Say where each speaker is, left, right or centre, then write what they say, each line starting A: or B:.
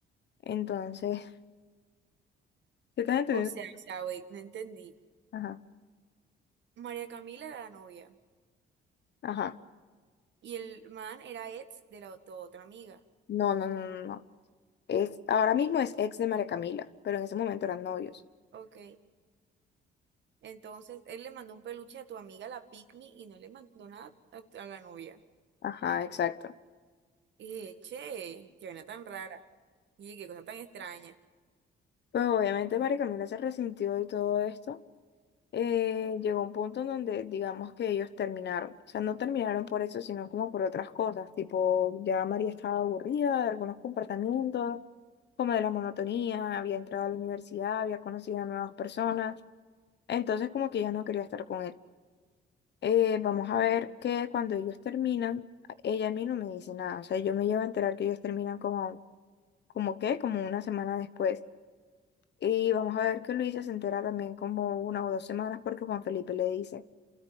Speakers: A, on the left (about 60°); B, on the right (about 65°).
A: Entonces, <laughs> ¿te estás entendiendo?
B: O sea, o sea, wait, no entendí.
A: Ajá,
B: María Camila era la novia
A: ajá.
B: y el man era ex de la tu otra amiga.
A: No, no, no, no, no. Es, ahora mismo es ex de María Camila, pero en ese momento eran novios.
B: Ok, entonces él le mandó un peluche a tu amiga, la Pygmy, y no le mandó nada a, a la novia.
A: Ajá, exacto.
B: Y dije, che, qué vaina tan rara. Y qué cosa tan extraña.
A: Pues obviamente María Camila se resintió y todo esto. eh, llegó un punto en donde digamos que ellos terminaron. O sea, no terminaron por eso, sino como por otras cosas. Tipo, ya María estaba aburrida de algunos comportamientos, como de la monotonía, había entrado a la universidad, había conocido a nuevas personas. Entonces como que ya no quería estar con él. Eh, vamos a ver que cuando ellos terminan, a- ella a mí no me dice nada. O sea, yo me llevo a enterar que ellos terminan como, como qué, como una semana después. Y vamos a ver que Luisa se entera también como una o dos semanas porque Juan Felipe le dice.